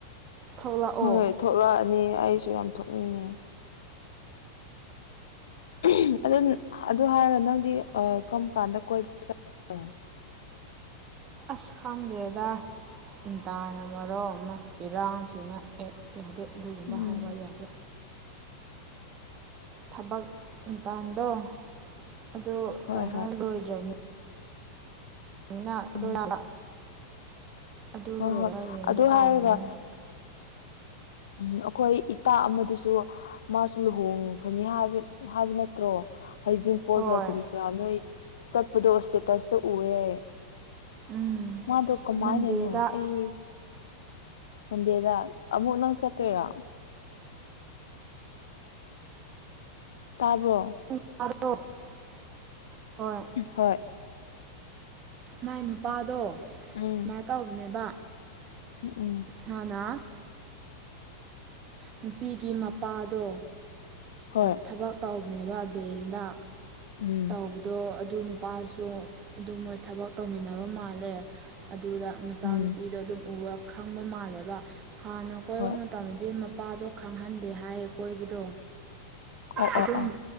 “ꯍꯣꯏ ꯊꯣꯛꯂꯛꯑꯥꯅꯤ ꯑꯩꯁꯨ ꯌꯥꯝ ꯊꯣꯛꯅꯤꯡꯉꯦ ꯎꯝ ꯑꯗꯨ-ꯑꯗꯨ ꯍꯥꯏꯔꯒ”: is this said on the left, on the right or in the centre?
Left